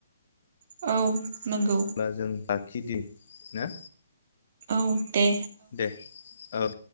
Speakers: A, on the right; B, on the left.
A: औ नंगौ
B: अब्ला जों लाखिदि ना
A: औ दे
B: दे औ